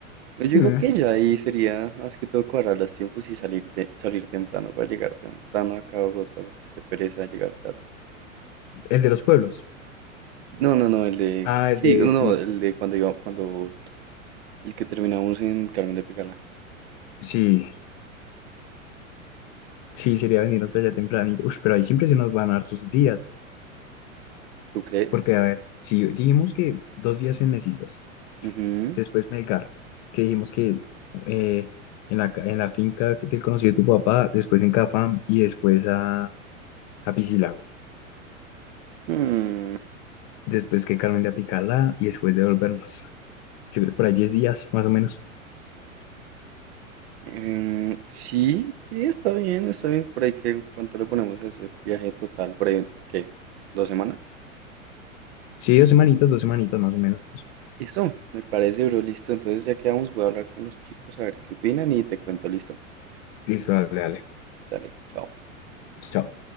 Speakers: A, on the right; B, on the left.
A: no, yo
B: Sí,
A: digo
B: ¿eh?
A: que ya ahí sería más que todo cuadrar los tiempos y salirte, salir temprano para llegar temprano acá a Bogotá, porque qué pereza llegar tarde.
B: el de los pueblos.
A: No, no, no, el de.
B: Ah,
A: Sí,
B: el de,
A: no, no,
B: sí,
A: el de cuando iba, cuando. El que terminamos en Carmen de Pegala.
B: sí, sí, sería venir hasta allá tempranito. Uy, pero ahí siempre se nos van hartos días,
A: ¿Tú crees?
B: porque a ver, si dijimos que dos días en mesitas.
A: Ujú.
B: Después Melgar, que dijimos que eh, en la, ca- en la finca del conocido de tu papá, después en Cafam y después a, a Piscilago.
A: Mm,
B: Después que Carmen de Apicalá y después de volvernos. Yo creo por ahí 10 días, más o menos.
A: em, sí, sí, está bien, está bien. Por ahí que, ¿cuánto le ponemos a ese viaje total? Por ahí, ¿qué? ¿Dos semanas?
B: Sí, dos semanitas, dos semanitas más o menos.
A: Eso, me parece, bro, listo. Entonces ya quedamos, voy a hablar con los chicos a ver qué opinan y te cuento, listo.
B: Listo, dale, dale.
A: Dale, chao.
B: Chao.